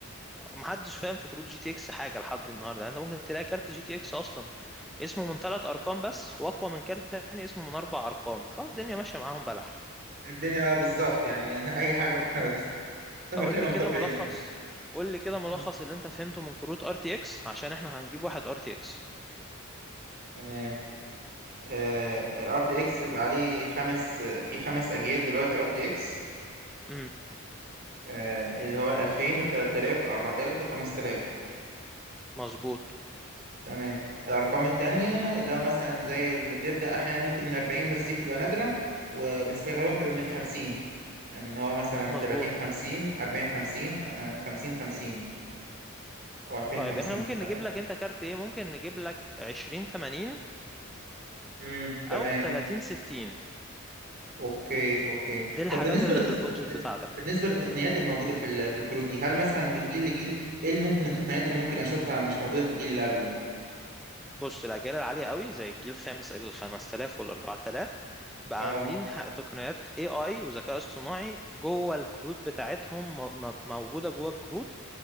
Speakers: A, in the centre; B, on the right.
A: محدش فاهم في كروت جي تي اكس حاجه لحد النهارده يعني انت ممكن تلاقي كارت جي تي اكس اصلا اسمه من ثلاث ارقام بس واقوى من كارت تاني اسمه من اربع ارقام فالدنيا ماشيه معاهم بلح
B: الدنيا بقى بالظبط يعني <laughs> أي حاجة خالص سمك
A: فقول
B: ليمون
A: لي كده
B: طبر
A: ملخص
B: هندي
A: قول لي كده ملخص
B: <laughs>
A: اللي انت فهمته من كروت ار تي اكس عشان احنا هنجيب واحد ار تي اكس
B: تمام آه، آه، ار تي اكس بيبقى عليه خمس آه، في خمس اجيال دلوقتي ار تي اكس
A: امم
B: آه، اللي هو ال 2000 وال 3000 وال 4000 وال 5000
A: مظبوط
B: تمام الأرقام التانية اللي هو مثلا زي اللي بنبدأ أحيانا ممكن من 40 بس دي بتبقى نادرة وبس هي غالبا بتبقى من 50 إن هو مثلا
A: مظبوط
B: 30 50 40 50 آه، 50 50 أو 20
A: طيب
B: 50
A: احنا ممكن
B: 2050
A: نجيب لك انت كارت ايه ممكن نجيب لك 20 80
B: امم تمام
A: او 30 60
B: أوكي أوكي
A: دي الحاجات
B: طب بالنسبة
A: اللي
B: للتق...
A: في البادجت
B: لل-
A: بتاعتك
B: بالنسبة للتقنيات الموجودة في ال... في الكروت دي هل مثلا من جيل لجيل إيه اللي ممكن التقنيات اللي ممكن أشوفها مش موجودة في الجيل اللي قبله؟
A: بص الأجيال العالية قوي زي الجيل الخامس ال 5000 وال 4000 بقى
B: أه
A: عاملين ح- تقنيات AI وذكاء اصطناعي جوه الكروت بتاعتهم م- م- موجودة جوه الكروت